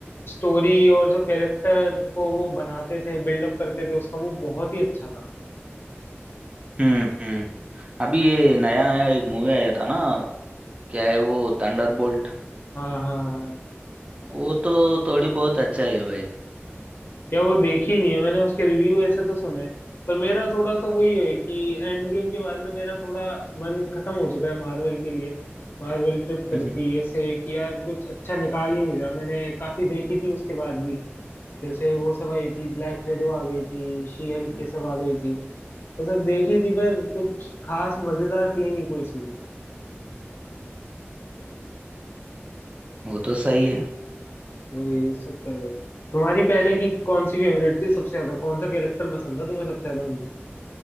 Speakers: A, on the left; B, on the right.
A: स्टोरी और जो कैरेक्टर को वो बनाते थे बिल्डअप करते थे उसका वो बहुत ही अच्छा था
B: हम्म हम्म अभी ये नया नया एक मूवी आया था ना क्या है वो थंडरबोल्ट
A: हाँ हाँ हाँ
B: वो तो थोड़ी बहुत अच्छा है भाई
A: या वो देखी नहीं है मैंने उसके रिव्यू ऐसे तो सुने हैं। पर मेरा थोड़ा सा वही है कि एंड गेम के बाद ना मेरा थोड़ा मन खत्म हो चुका है मार्वल के लिए मार्वल ट्रिप करती
B: <laughs>
A: है ऐसे कि यार कुछ अच्छा निकाल ही नहीं रहा मैंने काफी देखी थी उसके बाद भी जैसे वो सब आई थी ब्लैक विडो आ गई थी शी हल्क
B: हम्म,
A: ये सब आ गई थी वो सब देखी थी पर कुछ खास मजेदार थी नहीं कोई सी भी
B: वो तो सही है
A: वही चक्कर में तुम्हारी पहले की कौन सी फेवरेट थी सबसे ज्यादा कौन सा कैरेक्टर पसंद था तुम्हें सबसे ज्यादा उनमें